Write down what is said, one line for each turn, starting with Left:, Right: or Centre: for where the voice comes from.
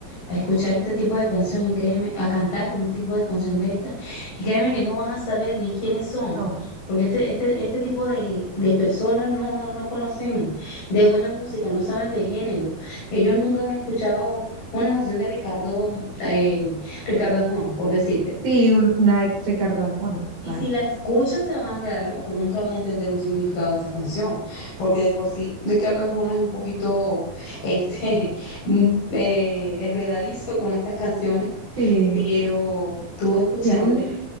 Left: a escuchar este tipo de canción y créeme, a cantar un tipo de canción de esta, y créeme que no van a saber ni quiénes son,
Right: No,
Left: porque este, este, este tipo de, de personas no, no conocen de buena música, no saben de género. Ellos nunca han escuchado una canción de Ricardo, eh, Ricardo Arjona, por decirte.
Right: sí, un- una de Ricardo Arjona,
Left: Y
Right: tal.
Left: si la escuchan, se van a quedar locos, nunca van a entender un significado de esa canción, porque de por sí Ricardo Arjona es un poquito este, <laughs> mm, eh, enredadizo con estas canciones,
Right: Sí,
Left: pero tú escuchando,
Right: tiene un...